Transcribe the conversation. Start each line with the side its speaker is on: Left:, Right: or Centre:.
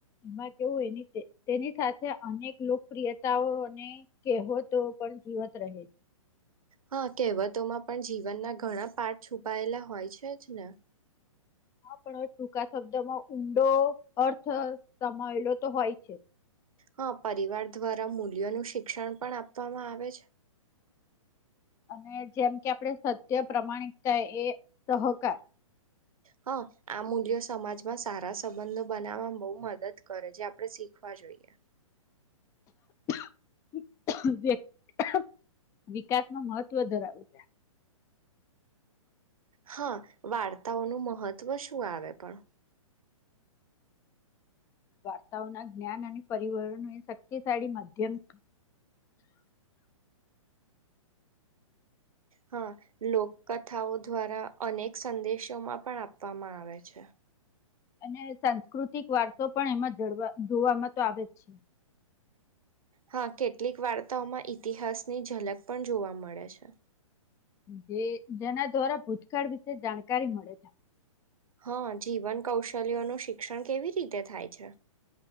Left: એમાં કેવું હોય એની તેની સાથે અનેક લોકપ્રિયતાઓ અને કહેવતો પણ જીવત રહે છે.
Right: હા, કહેવતોમાં પણ જીવનના ઘણા પાર્ટ છુપાયેલા હોય છે જ ને.
Left: હા, પણ હવે ટૂંકા શબ્દમાં ઊંડો અર્થ સમાયલો તો હોય છે.
Right: હા, પરિવાર દ્વારા મૂલ્યોનું શિક્ષણ પણ આપવામાં આવે છે.
Left: અને જેમ કે આપણે સત્ય પ્રમાણિકતા એ સહકાર.
Right: હા, આ મૂલ્યો સમાજમાં સારા સંબંધો બનાવવાવામાં બહુ મદદ કરે જે આપણે શીખવા જોઈએ.
Left: <inaudible> <inaudible> વિકાસનો મહત્વ ધરાવે છે.
Right: હા, વાર્તાઓનું મહત્ત્વ શું આવે પણ
Left: વાર્તાઓના જ્ઞાન અને પરિવહન એ શક્તિશાળી માધ્યમ
Right: હા લોક કથાઓ દ્વારા અનેક સંદેશોમાં પણ આપવામાં આવે છે
Left: અને સાંસ્કૃતિક વારસો પણ એમાં જડવા જોવામાં તો આવે જ છે
Right: હા કેટલીક વાર્તાઓમાં ઈતિહાસની ઝલક પણ જોવા મળે છે
Left: જે જેના દ્વારા ભૂતકાળ વિશે જાણકારી મળે છે
Right: હા જીવન કૌશલ્યો ન શિક્ષણ કેવી રીતે થાય છે